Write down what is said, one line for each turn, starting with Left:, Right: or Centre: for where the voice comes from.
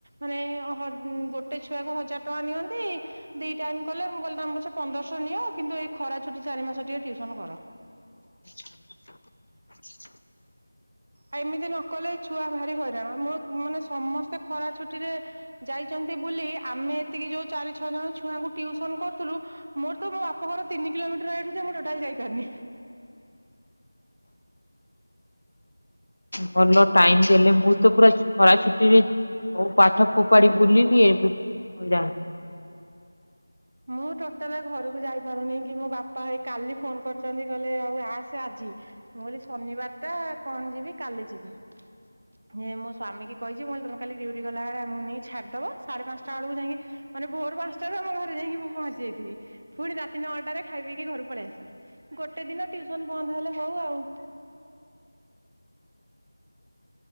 Right: ମାନେ ଅ-ଗୋଟେ ଛୁଆକୁ ହଜାର୍ ଟଙ୍କା ନିଅନ୍ତି ଦି ଟାଇମ୍ କଲେ ମୁଁ କହିଲି ତମ ପଛେ ପନ୍ଦରଶ୍ ନିଅ କିନ୍ତୁ ଏଇ ଖରା ଛୁଟି ଚାରି ମାସ ଟିକେ ଟିଉସନ କର।
Left: <inaudible>
Right: ଆଉ ଏମିତି ନ କଲେ ଛୁଆ ଭାରି ହଇରାଣ ମୋର ମାନେ ସମସ୍ତେ ଖରା ଛୁଟିରେ ଯାଇଚନ୍ତି ବୁଲି ଆମେ ଏତିକି ଯଉ ଚାରି ଛଅ ଜଣ ଛୁଆଙ୍କୁ ଟିଉସନ କରୁଥିଲୁ ମୋର ତୋ ମୋ ବାପ ଘର ତିନି କିଲୋମିଟର ଏଇଠୁ ଯେ ମୁଁ ଟୋଟାଲେ ଯାଇପାରୁନି।
Left: ଭଲ ଟାଇମ୍ ଦେଲେ ମୁଁ ତ ପୁରା ଖରା ଛୁଟିରେ ହଉ ପାଠ ଫୋପାଡି ବୁଲିିଲି ଏବେ ଜା
Right: ମୁଁ ଟୋଟାଲେ ଘରକୁ ଯାଇପାରୁନି କି ମୋ ବାପା ଭାଇ କାଲି ଫୋନ୍ କରିଚନ୍ତି କହିଲେ ଆଉ ଆସେ ଆଜି। ମୁଁ କହିଲି ଶନିବାର୍ ଟା କଣ ଯିବି କାଲି ଯିବି। ହିଁ ମୋ ସ୍ୱାମୀ କହିଚି ମୁଁ କହିଲି ତମେ କାଲି ଡିଉଟି ଗଲାବେଳେ ଆମକୁ ନେଇ ଛାଡ଼ିଦବ ସାଢ଼େ ପାଞ୍ଚଟା ବେଳକୁ ଯାଇକି ମାନେ ଭୋରୁ ପାଞ୍ଚଟାରୁ ଆମ ଘରେ ଯାଇକି ମୁଁ ପହଞ୍ଚି ଯାଇଥିବି ପୁଣି ରାତି ନଅଟାରେ ଖାଇ ପିଇକି ଘରୁ ପଳେଇ ଆସିବି। ଗୋଟେ ଦିନ ଟିଉସନ୍ ବନ୍ଦ୍ ହେଲେ ହଉ ଆଉ।